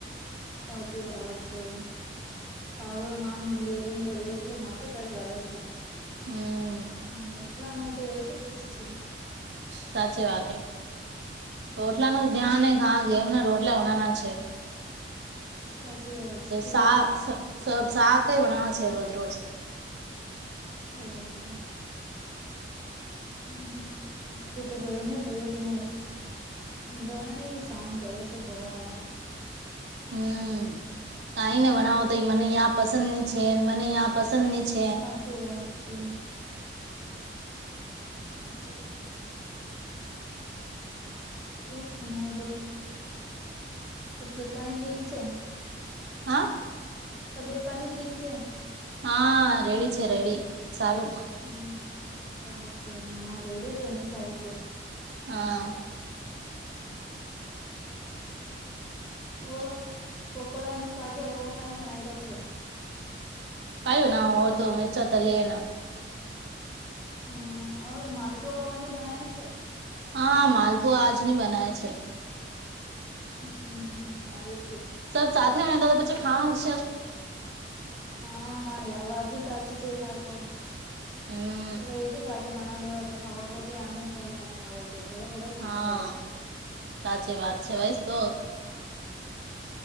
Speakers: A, in the centre; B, on the right.
A: સાચી વાત છે. સાગરો નામ લેન તો દેખલો માતો ચડ જ આવે છે.
B: હમ‌.
A: હ ઓલા નો તો એક ફિક્સ છે.
B: સાચી વાત હે રોટલા નો ધ્યાન હા ગેવ ના રોટલા ઓનાના છે.
A: સાચી વાત છે
B: સા સા સાગ કઈ વણવા છે રોજ રોજ.
A: ઓ કઈ હ માકે તો ગરમે દેખ લો ઘણ એ સાગ કરે છે ઘર વાળાલા સ
B: હમ કઈ ને ભણાવો તો મને યા પસંદ ની છે મને યા પસંદ ની છે.
A: હાચી વાત છે. આતલ <unintelligible> ઓ શુણો જો તબિત પાણી ઠીક છે.
B: હા.
A: તબિયત પાણી ઠીક છે.
B: હા રેડી છે રેડી સારું
A: હમ સારું છે નાના વેડી રેને થાય છે
B: હા હી
A: ઓર પકોડા અને સાગ ઓવર કઈ વના રહ્યા છે.
B: કાય્યું ના ઓડ તો મિંચાતલ્ એન
A: હમ ઔર માલપુવા કોની બનાયા છે.
B: હા માલપુઆ આજ ની બનાય છે.
A: હમ સારું છે.
B: સબ સાથે હો દ તો પછી ખાવાનું છે.
A: હા આ વાત ભી સાચી છે થાકો
B: હમ
A: તો એક જ સાગે બના લેવ તો ખાવા ખવા આનંદ કોણી આવે છે. થોડો થોડો ખાણો
B: હા
A: પડે છે હ
B: સાચી વાત છે ભાઈ તો